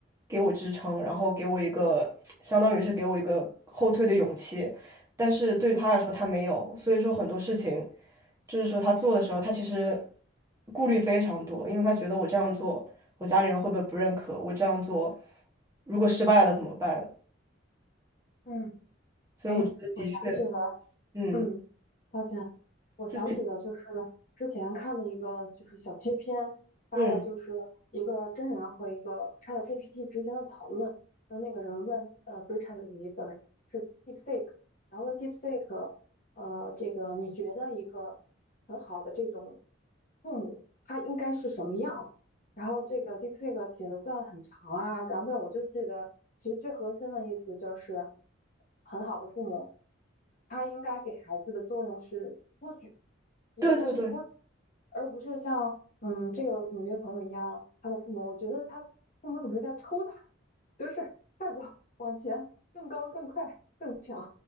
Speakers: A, on the right; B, on the left.
A: 给我支撑，然后给我一个相当于是给我一个后退的勇气。但是对于他来说，他没有，所以说很多事情，就是说他做的时候，他其实顾虑非常多，因为他觉得我这样做，我家里人会不会不认可？我这样做，如果失败了怎么办？
B: 嗯
A: 所以我觉得的确，
B: 哎，我想起了，
A: 嗯，
B: 嗯，抱歉，我想起的就是
A: 就是，
B: 之前看的一个就是小切片，发的就是一个真人和一个
A: 嗯，
B: ChatGPT 之间的讨论，就是那个人问，呃，不是 ChatGPT，sorry，是 DeepSeek，然后问 DeepSeek，呃，这个你觉得一个很好的这种父母他应该是什么样的？然后这个 DeepSeek 写的段很长啊，然后但我就记得，其实最核心的意思就是，很好的父母，他应该给孩子的作用是托举，一定是托举，
A: 对对对，
B: 而不是像嗯这个纽约朋友一样，他的父母，我觉得他父母总是在抽打，就是 <laughs> 快走，往前，更高，更快，更强，